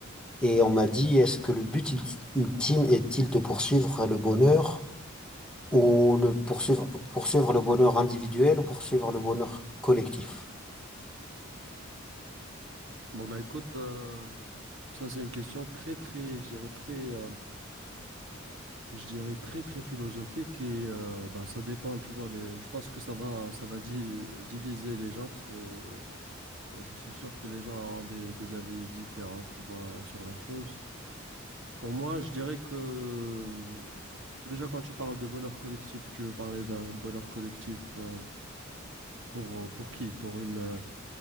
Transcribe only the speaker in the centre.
et on m'a dit, est-ce que le but ult- ultime est-il de poursuivre le bonheur ou le poursuivre, poursuivre le bonheur individuel ou poursuivre le bonheur collectif?